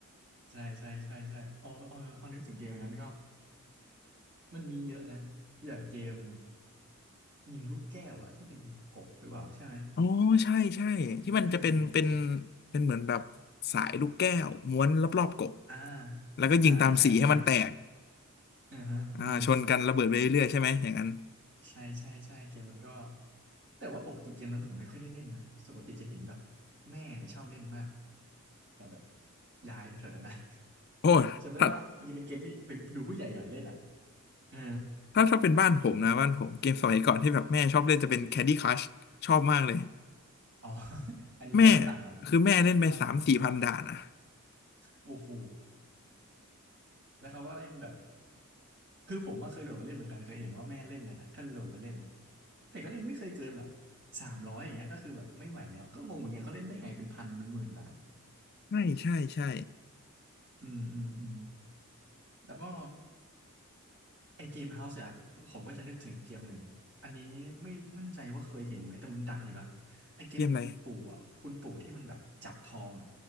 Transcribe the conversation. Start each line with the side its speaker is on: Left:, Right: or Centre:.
Right: ใช่ใช่ใช่ใช่โอ้เออพอนึกถึงเกมอันนั้นก็มันมีเยอะนะอย่างเกมยิงลูกแก้วอะที่เป็นกบหรือเปล่าใช่ไหม
Left: อ๋อใช่ใช่ที่มันจะเป็นเป็น
Right: คุณน่าจะเคยเห็นอยู่
Left: เป็นเหมือนแบบสายลูกแก้วม้วนรอบๆกบ
Right: อ่า
Left: แล้วก็ยิงตามสีให้มันแตก
Right: อ่าใช่ใช่อือฮะอือฮะ
Left: อ่าชนกันระเบิดไปเรื่อยๆใช่ไหมอย่างนั้น
Right: ใช่ใช่ใช่เกมนั้นก็แต่ว่าปกติเกมนั้นผมไม่ค่อยได้เล่นนะปกติจะเห็นแบบแม่เนี่ยชอบเล่นมากกับแบบยายแถวๆนั้นนะ
Left: โอ
Right: <laughs> จำได้ว่ามันจะเป็นเกมที่เป็นดูผู้ใหญ่หน่อยเล่นอ่ะ
Left: ้
Right: เออ
Left: ถ้าถ้าเป็นบ้านผมนะบ้านผมเกมสมัยก่อนที่แบบแม่ชอบเล่นจะเป็น Candy Crush ชอบมากเลย
Right: อ๋อ <laughs> อันนี้ก็ไม่ต่างกัน
Left: แม่คือแม่เล่นไปสามสี่พันด่านอ่ะ
Right: ที่บ้านผมก็ชอบโอ้โหแล้วเขาก็เล่นแบบคือผมมาเคยโหลดมาเล่นเหมือนกันเคยเห็นว่าแม่เล่นเนี่ยนะก็โหลดมาเล่นแต่ก็เล่นไม่เคยเกินแบบสามร้อยอย่างเงี้ยก็คือแบบไม่ไหวแล้วก็งงเหมือนกันเขาเล่นได้ไงเป็นพันเป็นหมื่นด่าน
Left: ใช่ใช่ใช่
Right: อืมอืมอืม แล้วก็ไอเกมเฮาส์อะผมก็จะนึกถึงอีกเกมหนึ่งอันนี้ไม่มั่นใจว่าเคยเห็นไหมแต่มันดังอยู่นะไอเกมคุณปู่อะคุณปู่ที่มันแบบจับทองอะ
Left: เกมอะไร